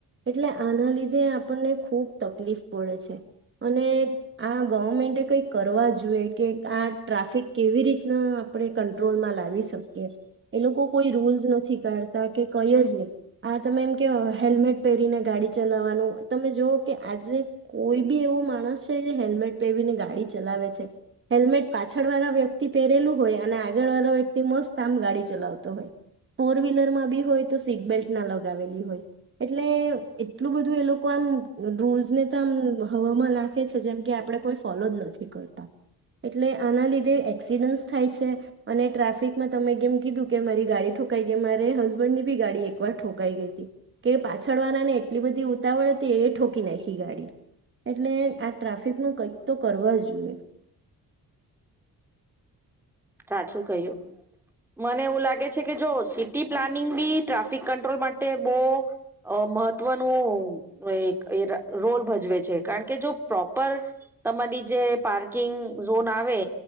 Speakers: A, on the right; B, in the centre.
A: એટલે આના લીધે આપણને ખુબ તકલીફ પડે છે અને આ ગવર્મેન્ટે કઈક કરવા જોઈએ કે આ ટ્રાફિક કેવી રીતના આપણે કંટ્રોલમાં લાવી શકીએ એ લોકો કોઈ રૂલ્સ નથી. નથી કડતાં કે કઈ જ નહી. આ તમે એમ કે હેલ્મેટ પહેરીને ગાડી ચલાવવાનું. તમે જોઓ કે આજે કોઈ બી એવો માણસ છે જે હેલ્મેટ પહેરીને ગાડી ચલાવે છે હેલ્મેટ પાછળ વાળા વ્યક્તિ પહેરેલું હોય અને આગળ વાળા વ્યક્તિ મસ્ત આમ ગાડી ચલાવતો હોય ફોર વ્હીલર માં બી હોય તો સીટબલ્ટ. લગાવે હોય એટલે એટલું બધું એ લોકો આમ રૂલ્સને તો આમ હવામાં નાખે છે જેમ કે આપણે કોઈ ફોલો જ નથી કરતા એટલે આના લીધે. એક્સિડન્ટ થાય છે અને ટ્રાફિકમાં તમે કેમ કીધું કે મારી ગાડી ઠોકાઈ ગઈ મારે હસબન્ડ ની બી ગાડી એક. ઠોકાઈ ગઈ હતી કે પાછળવાના ને એટલી બધી. <inaudible> ઉતાવળ તી ઠોકી નાખી ગાડી. એટલે આ ટ્રાફિક નું કંઈક તો કરવા જ જોઈએ.
B: સાચું કહ્યું મને એવું લાગે છે કે જો સિટી પ્લાનિંગ બી ટ્રાફિક કંટ્રોલ માટે બહુ મહત્વનું અ ર રોલ ભજવે છે કારણ કે જો પ્રોપર તમારી જે પાર્કિંગ ઝોન આવે